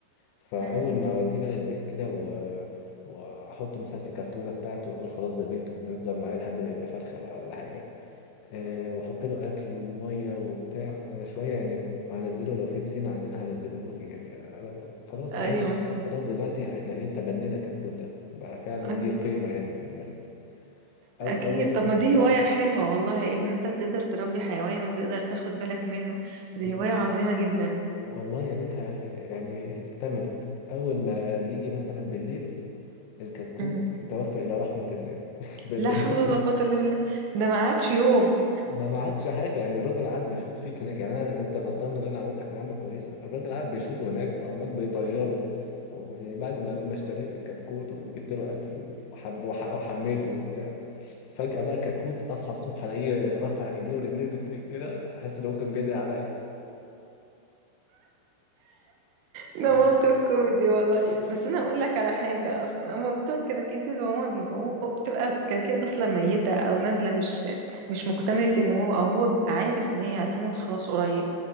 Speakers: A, on the left (about 75°); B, on the right (about 80°).
A: فاول
B: مم.
A: ما اوديه بقى البيت كده و... واحطه مثلا في كرتونه بتاعته واقول خلاص ده بيته ويفضل معايا لحد ما يبقى فرخه بقى ولا حاجه أه واحط له اكل وميه وبتاع انا شويه يعني هنزله لو في بسين عندنا هنزله له يعني أنا خلاص
B: ايوه
A: عايش خلاص دلوقتي احنا ايه تبنينا كتكوت ده بقى فعلا
B: ايوه
A: ليه قيمه يعني في البلد او
B: اكيد
A: اول
B: طب ما دي هواية حلوة والله ان انت تقدر تربي حيوان وتقدر تاخد بالك منه دي
A: ي-
B: هواية عظيمة جدا
A: والله يا ريتها يعني اكتملت اول ما بيجي مثلا بالليل الكتكوت
B: مم.
A: توفى الى رحمه الله <laughs> بن-
B: لا حول ولا قوة الا بالله ده ما قعدش يوم
A: ما ما عادش حاجه يعني الراجل قاعد بيشوط فيك هناك يعني انا انت غلطان ان انا عملتك معامله كويسه الراجل قاعد بيشوطه هناك وعمال بيطيره وبعد ما ما اشتريت الكتكوت وجبت له اكل وحم وح- وحميته وبتاع فجاه بقى كتكوت اصحى الصبح الاقيه رافع ايديه ورجليه الاتنين كده تحس ان هو كان بيدعي عليا
B: ده
A: آه.
B: موقف كوميدي والله
A: <laughs>
B: بس انا اقول لك على حاجه اصلا هما بتوع الكراكيب دول هما بيبقوا بتبقى الكراكيب اصلا ميته او نازله مش مش مكتمله النمو او هو بيبقى عارف ان هي هتموت خلاص قريب